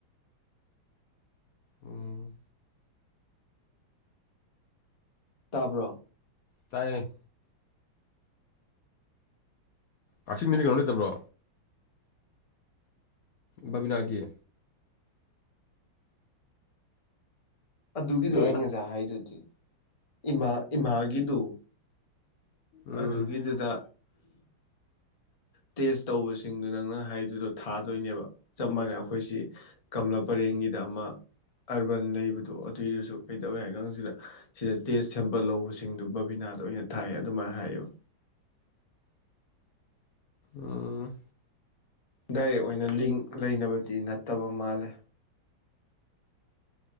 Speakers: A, on the left (about 85°); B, on the left (about 65°).
A: ꯎꯝ
B: ꯇꯥꯕ꯭ꯔꯣ
A: ꯇꯥꯏꯌꯦꯦ ꯀꯥꯆꯤꯡ ꯃꯤꯅꯤꯠ ꯀꯩꯅꯣ ꯂꯩꯇꯕ꯭ꯔꯣ ꯕꯥꯕꯤꯅꯥꯒꯤ
B: ꯑꯗꯨꯒꯤꯗꯣ
A: ꯍꯜꯂꯣ
B: ꯑꯩ ꯉꯁꯥꯏ ꯍꯥꯏꯗꯨꯗꯤ ꯏꯃꯥ ꯏꯃꯥꯒꯤꯗꯨꯣ
A: ꯎꯝ
B: ꯑꯗꯨꯒꯤꯗꯨꯗ ꯇꯦꯁ ꯇꯧꯕꯁꯤꯡꯗꯨ ꯅꯪꯅ ꯍꯥꯏꯗꯨꯗꯣ ꯊꯥꯗꯣꯏꯅꯦꯕ ꯆꯞ ꯃꯥꯟꯅꯩ ꯑꯩꯈꯣꯏꯁꯤ ꯀꯪꯂꯥ ꯄꯔꯦꯡꯒꯤꯗ ꯑꯃ ꯑꯕꯥꯟ ꯂꯩꯕꯗꯣ ꯑꯗꯨꯏꯗꯨꯁꯨ ꯀꯩꯗꯧꯏꯤ ꯍꯥꯏꯒꯪꯁꯤꯗ ꯁꯤꯗ ꯇꯦꯁ ꯁꯦꯝꯄꯜ ꯂꯧꯕꯁꯤꯡꯗꯨ ꯕꯕꯤꯅꯥꯗ ꯑꯣꯏꯅ ꯊꯥꯏ ꯑꯗꯨꯃꯥꯏꯅ ꯍꯥꯏꯌꯦꯕ
A: ꯎꯝ
B: ꯗꯥꯏꯔꯦꯛ ꯑꯣꯏꯅ ꯂꯤꯡ ꯂꯩꯅꯕꯗꯤ ꯅꯠꯇꯕ ꯃꯥꯜꯂꯦ